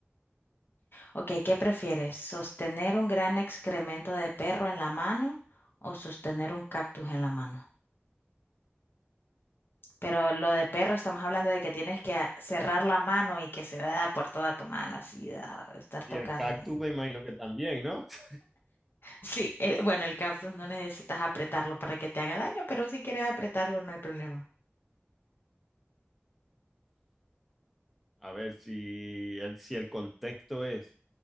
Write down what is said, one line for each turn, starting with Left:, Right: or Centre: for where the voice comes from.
Left: Ok, ¿qué prefieres? ¿Sostener un gran excremento de perro en la mano o sostener un cactus en la mano? Pero lo de perro estamos hablando de que tienes que a- cerrar la mano y que se da por toda tu mano, así, da, estar tocando.
Centre: Y el cactus me imagino que también, ¿no? <laughs>
Left: Sí, eh, bueno, el cactus no necesitas apretarlo para que te haga daño, pero si quieres apretarlo no hay problema.
Centre: A ver si el, si el contexto es